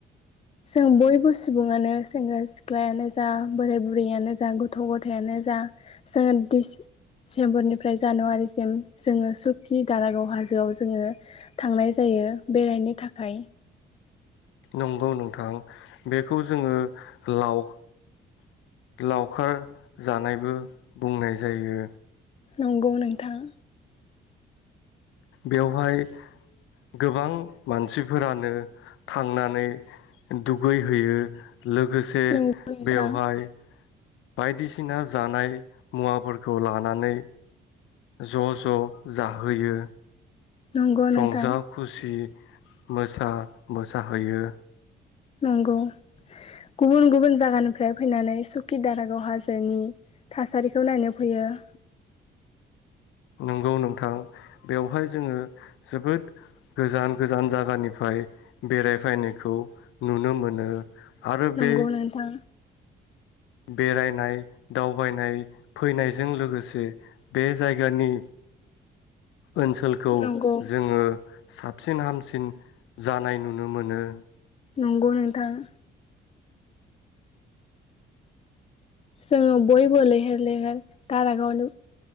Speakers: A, on the left; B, on the left.
A: जों बयबो सुबुङानो सेंग्रा सिख्लायानो जा बोराय बुरैयानो जा गथ' गथायानो जा जोङो डिसेम्बरनिफ्राय जानुवारिसिम जोङो सुकि दारागाव हाजोआव जोङो थांनाय जायो बेरायनो थाखाय।
B: नंगौ नोंथां बेखौ जोङो लाव लावखार जानायबो बुंनाय जायो।
A: नंगौ नोंथां।
B: बेवहाय गोबां मानसिफोरानो थांनानै दुगैहैयो। लोगोसे
A: नंगौ नोंथां
B: बेवहाय बायदिसिना जानाय मुवाफोरखौ लानानै ज ज जाहैयो।
A: नंगौ नोंथां
B: रंजा खुसि मोसा मोसाहैयो।
A: नंगौ गुबुन गुबुन जागानिफ्राय फैनानै सुकि दारागाव हाजोनि थासारिखौ नायनो फैयो।
B: नंगौ नोंथां बेवहाय जोङो जोबोद गोजान गोजान जागानिफ्राय बेरायफैनायखौ नुनो मोनो। आरो
A: नंगौ
B: बे
A: नोंथां।
B: बेरायनाय दावबायनाय फैनायजों लोगोसे बे जायगानि ओनसोलखौ
A: नंगौ
B: जोङो साबसिन हामसिन जानाय नुनो मोनो।
A: नंगौ नोंथां। जोङो बयबो लैहोर लैहोर दारागावनि